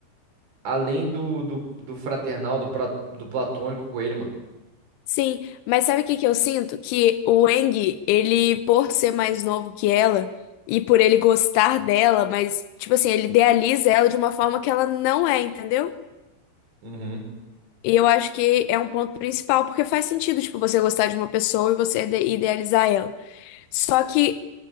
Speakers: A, on the right; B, on the left.
A: além do, do, do fraternal, do, pra- do platônico com ele, mano.
B: Sim, mas sabe o que que eu sinto? Que o Eng, ele, por ser mais novo que ela e por ele gostar dela, mas, tipo assim, ele idealiza ela de uma forma que ela não é, entendeu?
A: Uhum,
B: E eu acho que é um ponto principal, porque faz sentido, tipo, você gostar de uma pessoa e você ide- idealizar ela. Só que